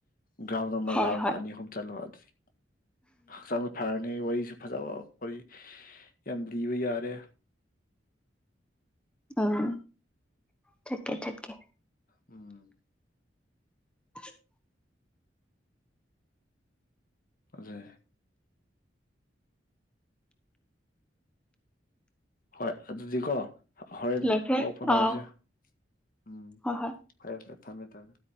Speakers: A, on the left (about 50°); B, in the centre.
A: ꯒ꯭ꯔꯥꯎꯟ ꯅ ꯑꯃꯔ
B: ꯍꯣꯏ
A: ꯔꯥꯎꯟ
B: ꯍꯣꯏ
A: ꯑꯅꯤ ꯑꯍꯨꯝ ꯆꯠꯂꯨꯔ ꯑꯗꯨꯗꯤ ꯎ ꯆꯪ ꯐꯥꯔꯅꯦ ꯋꯥꯔꯤꯁꯤ ꯐꯖꯕ ꯑꯩ ꯌꯥꯝ ꯂꯤꯕ ꯌꯥꯔꯦ
B: ꯎꯝ ꯆꯠꯀꯦ ꯆꯠꯀꯦ
A: ꯎꯝ
B: <inaudible>
A: ꯑꯗꯨꯗ ꯍꯣꯏ ꯑꯗꯨꯗꯤꯀꯣ ꯍꯣꯔꯦꯟ
B: ꯂꯣꯏꯈ꯭ꯔꯦ
A: ꯄꯥꯎ ꯐꯅꯔꯁꯦ
B: ꯑꯥꯎ
A: ꯎꯝ
B: ꯍꯣꯏ ꯍꯣꯏ
A: ꯐꯔꯦ ꯐꯔꯦ ꯊꯝꯃꯦ ꯊꯝꯃꯦ